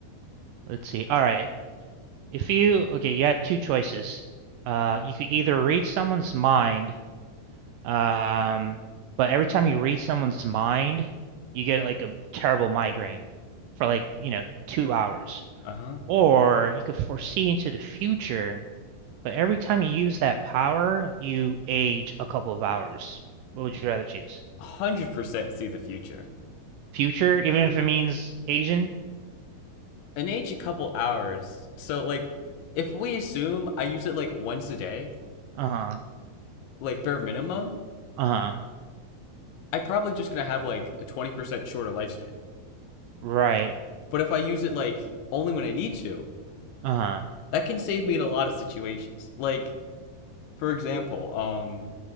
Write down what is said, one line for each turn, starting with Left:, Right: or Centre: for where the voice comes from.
Right: let's see. All right. If you okay, you had two choices. Uh, you could either read someone's mind, um, but every time you read someone's mind, you get like a terrible migraine for like, you know, two hours.
Left: Uh huh.
Right: Or you could foresee into the future, but every time you use that power, you age a couple of hours. What would you rather choose?
Left: Hundred percent see the future.
Right: Future, even if it means Asian?
Left: An age a couple hours. So like, if we assume I use it like once a day,
Right: Uh-huh.
Left: like bare minimum,
Right: Uh-huh.
Left: I'm probably just gonna have like a 20% shorter lifespan.
Right: Right.
Left: But if I use it like only when I need to,
Right: Uh-huh.
Left: that can save me in a lot of situations. Like, for example, um,